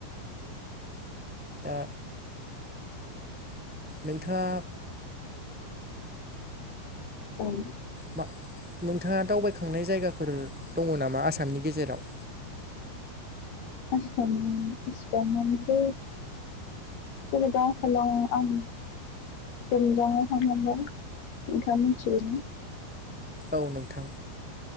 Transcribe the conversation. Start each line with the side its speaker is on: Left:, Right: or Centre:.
Centre: दा नोंथाङा
Left: उम
Centre: मा नोंथाङा दावबायखांनाय जायगाफोर दङो नामा आसामनि गेजेराव?
Left: आसामाव इसिबांमानिथ' जेनेबा आसामाव आं टुमजांआव थांनो मोनबाय नोंथाङा मिथिगो ना?
Centre: औ नोंथां।